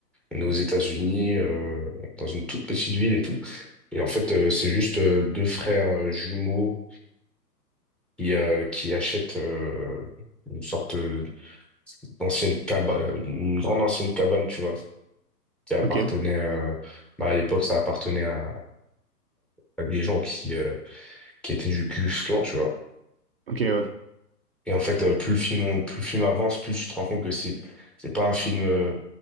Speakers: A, in the centre; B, on the right.
A: On est aux États-Unis, euh, dans une toute petite ville et tout. Et en fait, euh, c'est juste euh, deux frères euh, jumeaux qui, euh, qui achètent euh, une sorte euh, d'ancienne cabane, une grande ancienne cabane, tu vois, qui appartenait
B: ok,
A: euh, bah, à l'époque, ça appartenait à, à des gens qui, euh, qui étaient du Ku Klux Klan, tu vois.
B: ok. ouais.
A: Et en fait, euh, plus le film, plus le film avance, plus tu te rends compte que c'est, c'est pas un film, euh,